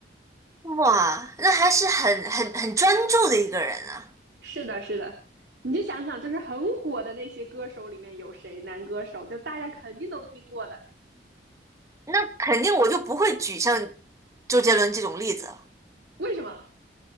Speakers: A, on the right; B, on the right.
A: 哇，那还是很很很专注的一个人啊。
B: 是的，是的，你就想想，就是很火的那些歌手里面有谁男歌手，就大家肯定都听过的。
A: 那肯定我就不会举像周杰伦这种例子了。
B: 为什么？